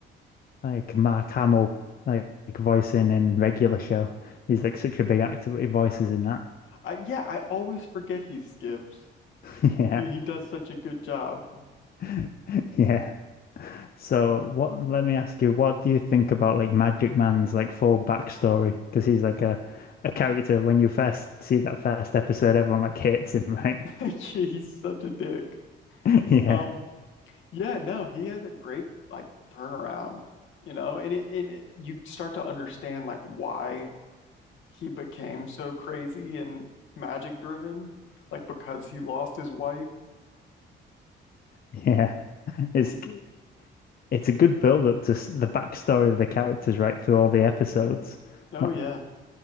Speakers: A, on the left; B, on the left.
A: like Mark Hamill, like, like voicing in Regular Show. He's like such a big actor, but he voices in that.
B: I yeah, I always forget he skips.
A: <laughs> Yeah,
B: Yeah, he does such a good job.
A: <laughs> yeah. So what, let me ask you, what do you think about like Magic Man's like full backstory? Because he's like a, a character when you first see that first episode, everyone like hates him, right?
B: <laughs> Yeah, He's such a dick.
A: <laughs> Yeah,
B: Um, yeah, no, he has a great like turnaround, you know, and it and it, you start to understand like why he became so crazy and magic driven, like because he lost his wife.
A: yeah. It's
B: Hmm.
A: g- it's a good build up to s- the backstory of the characters right through all the episodes,
B: Oh
A: not
B: yeah.